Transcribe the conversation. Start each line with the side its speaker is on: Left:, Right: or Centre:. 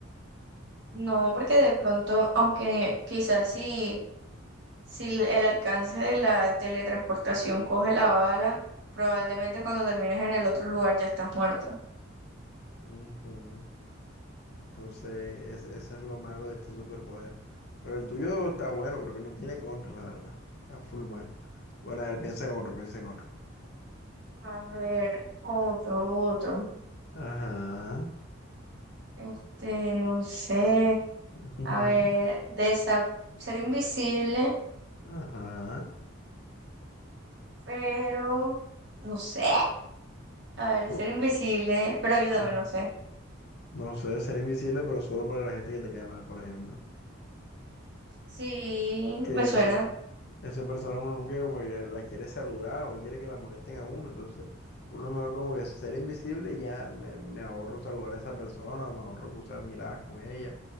Right: No, porque de pronto, aunque quizás si, si el el alcance de la teletransportación coge la bala, probablemente cuando termines en el otro lugar ya estás muerta.
Left: Ujú. Entonces, es- eso es lo malo de este superpoder. Pero el tuyo está bueno, creo que no tiene contra, la verdad. Está full bueno. Bueno, a ver, piensa en otro, piensa en otro.
Right: A ver, otro, otro.
Left: Ajá.
Right: Este, no sé.
Left: <laughs>
Right: A ver, desa ser invisible,
Left: Ajá.
Right: pero no sé. A ver,
Left: U-
Right: ser invisible, pero ayúdame,
Left: Ajá.
Right: no sé.
Left: No sé, ser invisible, pero solo para la gente que te cae mal, por ejemplo.
Right: Sí,
Left: Que
Right: me suena.
Left: ese- esa persona uno nunca como que la quiere saludar o no quiere que la molesten a uno, entonces uno mejor como que ser invisible y ya me, me ahorro saludar a esa persona o me ahorro cruzar miradas con ella